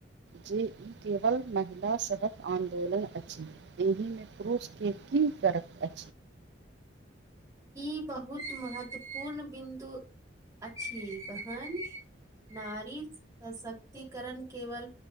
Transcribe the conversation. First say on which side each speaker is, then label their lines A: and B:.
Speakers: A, on the right (about 60°); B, on the right (about 15°).
A: जे ई केवल महिला सभक आन्दोलन अछि एहिमे पुरुषके की करबै
B: ई बहुत महत्वपूर्ण बिन्दु अछि बहन नारी सशक्तिकरण केवल